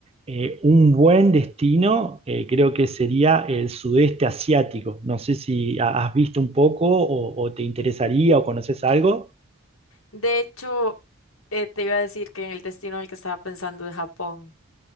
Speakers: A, on the right (about 30°); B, on the left (about 85°).
A: eh, un buen destino eh, creo que sería el sudeste asiático. No sé si ha- has visto un poco o, o te interesaría o conoces algo.
B: De hecho, eh, te iba a decir que en el destino en el que estaba pensando de Japón,